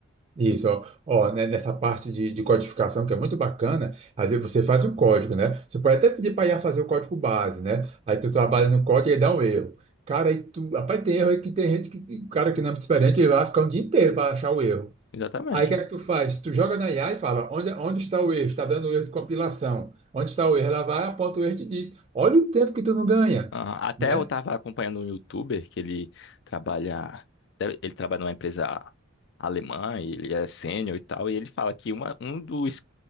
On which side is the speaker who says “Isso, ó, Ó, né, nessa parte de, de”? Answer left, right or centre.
Right